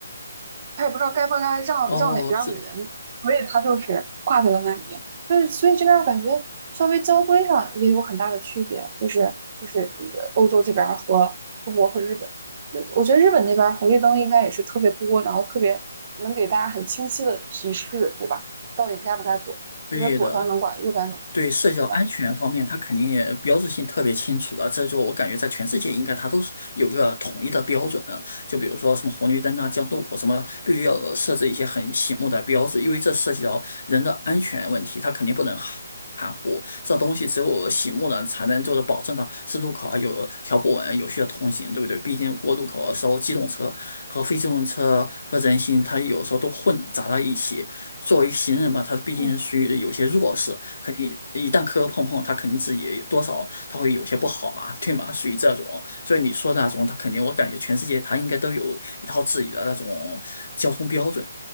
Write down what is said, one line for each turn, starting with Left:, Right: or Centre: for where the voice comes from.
Right: 他也不知道该不该让让哪边的人，
Left: 哦，是
Right: 所以他就是挂在了那里。但是，所以这边我感觉稍微交规上也有很大的区别，就是就是呃欧洲这边和中国和日本，呃我觉得日本那边红绿灯应该也是特别多，然后特别能给大家很清晰的提示，对吧？到底该不该走？
Left: 对的。
Right: 你说左边能管，右边能，
Left: 对社交安全方面，
Right: 对吧？
Left: 它肯定也标志性特别清楚的，这就我感觉在全世界应该它都是有一个统一的标准啊。就比如说什么红绿灯啊、交通路口什么，必须要设置一些很醒目的标志，因为这涉及到人的安全问题，它肯定不能含含糊。这东西只有醒目了，才能就是保证到是路口啊有条不紊、有序的通行，对不对？毕竟过路口的时候，机动车和非机动车和人行，它有时候都混杂到一起。作为行人嘛，他毕竟是属于有些弱势。
Right: 嗯，
Left: 肯定一旦磕磕碰碰，他肯定自己多少他会有些不好嘛，对吗？属于这种，所以你说的那种，他肯定我感觉全世界他应该都有一套自己的那种交通标准